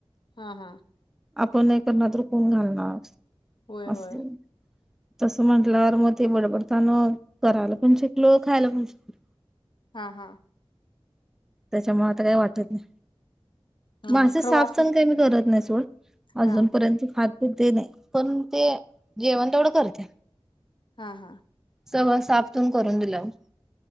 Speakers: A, on the left; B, in the centre.
A: ह हा.
B: आपण नाही करणार तर कोण घालणार?
A: होय,
B: असं
A: होय.
B: तसं म्हंटल्यावर मग ते बडबडतान करायला पण शिकलो, खायला पण शिकलो‌.
A: हा, हा.
B: त्याच्यामुळे आता काय वाटत नाही.
A: हम्म,
B: मासे
A: हम्म. खरं
B: साफ
A: वाचलं
B: सण काही मी करत नाही सोडा -- <unintelligible> अजूनपर्यंत
A: हा
B: खात ते नाही पण ते जेवण तेवढं करते.
A: हा, हा.
B: सगळ साफ तून करून दिल्यावर